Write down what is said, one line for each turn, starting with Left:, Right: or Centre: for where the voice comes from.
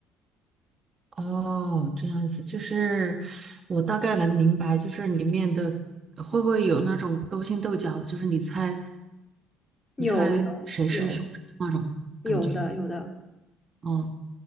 Right: 哦，这样子，就是我大概能明白，就是里面的会不会有那种勾心斗角，就是你猜
Left: 有有有
Right: 你猜谁是凶手那种感觉。
Left: 有的有的
Right: 哦